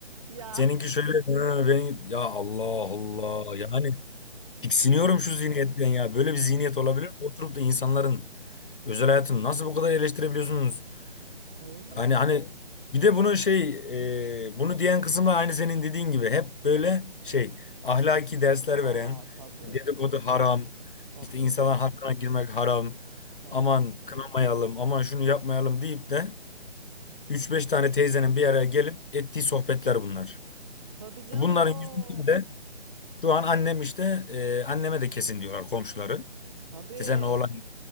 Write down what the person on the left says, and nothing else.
Seninki şöyle "Ha, ben ya Allah Allah yani tiksiniyorum
şu zihniyetten ya. Böyle bir
zihniyet
olabilir mi? Oturup da insanların özel hayatını
nasıl bu kadar eleştirebiliyorsunuz?
Hani hani bir de bunu şey e, bunu diyen kısımda aynı senin dediğin gibi hep böyle şey ahlaki dersler
veren
dedikodu haram
işte insanların hakkına girmek haram
aman kınamayalım aman şunu yapmayalım deyip de üç beş tane teyzenin bir araya gelip ettiği sohbetler bunlar.
Bunların
yüzünden de Şu an annem işte e, anneme de kesin diyorlar komşuları.
İşte senin oğlan e,